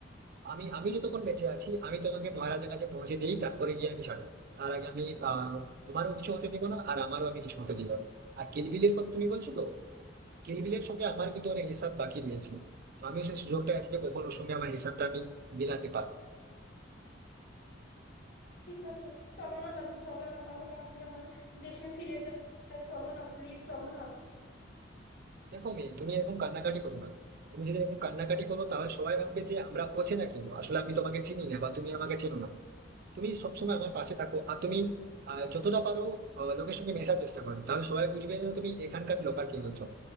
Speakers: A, on the right; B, on the left.
A: আমি আমি যতক্ষণ বেঁচে আছি আমি তোমাকে মহারাজের কাছে পৌঁছে দিই তারপরে গিয়ে আমি ছাড়ো তার আগে আমি আহ তোমারও কিছু হতে দিব না আর আমারও আমি কিছু হতে দিব না আর কিলবিলের কথা তুমি বলছো তো কিলবিলের সঙ্গে আমার কিন্তু অনেক হিসাব বাকি রয়েছে তো আমিও সেই সুযোগটা আছে যে কখন ওর সঙ্গে আমার হিসাবটা আমি মিলাতে পারবো
B: ঠিক আছে চলো না দাদু চলো না তাহলে আমি আমার দেশে ফিরে যাই চলো না প্লিজ চলো না
A: দেখো মেয়ে তুমি এরকম কান্নাকাটি করো না তুমি যদি এরকম কান্নাকাটি করো তাহলে সবাই ভাববে যে আমরা অচেনা কেউ আসলে আমি তোমাকে চিনি না বা তুমি আমাকে চেনো না তুমি সবসময় আমার পাশে থাকো আর তুমি আহ, যতটা পারো আহ, লোকের সঙ্গে মেশার চেষ্টা করো তাহলে সবাই বুঝবে যে তুমি এখানকার লোকাল কেউ একজন